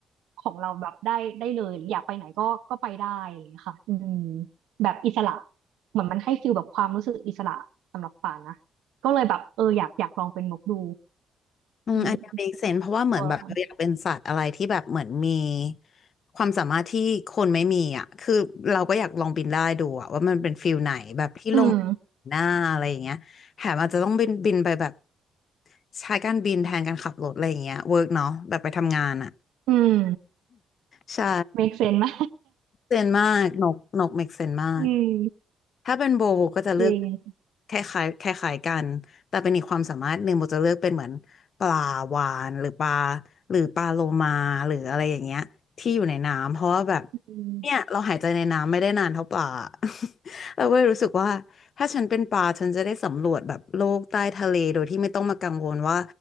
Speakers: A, on the right; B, on the left.
A: ของเราแบบได้ได้เลยอยากไปไหนก็ก็ไปได้อะไรอย่างเงี้ยค่ะอืมแบบอิสระเหมือนมันให้ฟีลแบบความรู้สึกอิสระสำหรับป่านนะก็เลยแบบเอออยากอยากลองเป็นนกดู
B: อืมอันเนี้ย
A: อืม
B: make sense เพราะว่าเหมือนแบบเราอยากเป็นสัตว์อะไรที่แบบเหมือนมี
A: ตัวค่ะ
B: ความสามารถที่คนไม่มีอ่ะคือเราก็อยากลองบินได้ดูอ่ะว่ามันเป็นฟิลไหนแบบที่ลง
A: อืม
B: หน้าอะไรอย่างเงี้ยแถมอาจจะต้องบินบินไปแบบใช้การบินแทนการขับรถอะไรอย่างเงี้ยเวิร์กเนาะแบบไปทำงานอ่ะ
A: อืม
B: ใช่
A: make sense นะ
B: เซนมากนกนกเมกเซนมาก
A: <laughs> อืม
B: ถ้าเป็นโบโบก็จะเลือก
A: จริง
B: คล้ายๆคล้ายๆกัน แต่เป็นอีกความสามารถหนึ่งโบจะเลือกเป็นเหมือนปลาวาฬหรือปลาหรือปลาโลมาหรืออะไรอย่างเงี้ยที่อยู่ในน้ำเพราะว่าแบบ
A: อืม
B: เนี่ยเราหายใจในน้ำไม่ได้นานเท่าปลา <laughs> เราก็เลยรู้สึกว่าถ้าฉันเป็นปลาฉันจะได้สำรวจแบบโลกใต้ทะเลโดยที่ไม่ต้องมากังวลว่า